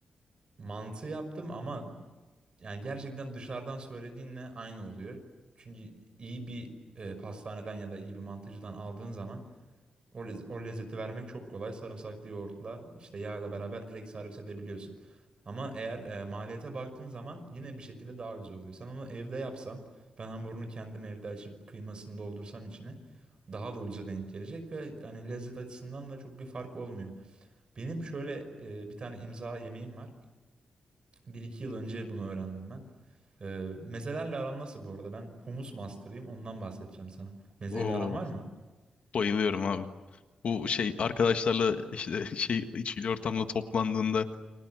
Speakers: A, on the right (about 40°); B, on the left (about 60°).
A: mantı yaptım ama yani gerçekten dışarıdan söylediğinle aynı oluyor. Çünkü iyi bir e, pastaneden ya da iyi bir mantıcıdan aldığın zaman o, lez- o lezzeti vermek çok kolay. Sarımsaklı yoğurtla işte yağla beraber direkt servis edebiliyorsun. Ama eğer e, maliyete baktığın zaman yine bir şekilde daha ucuz oluyor. Sen onu evde yapsan, ben hamurunu kendim evde açıp kıymasını doldursam içine daha da ucuza denk gelecek ve yani lezzet açısından da çok bir fark olmuyor. Benim şöyle e, bir tane imza yemeğim var. Bir iki yıl önce bunu öğrendim ben. E, mezelerle aram nasıl bu arada? Ben humus master'ıyım. Ondan bahsedeceğim sana. Mezeyle
B: Oo,
A: aran var mı?
B: bayılıyorum abi. Bu şey arkadaşlarla işte <laughs> şey içkili ortamda toplandığında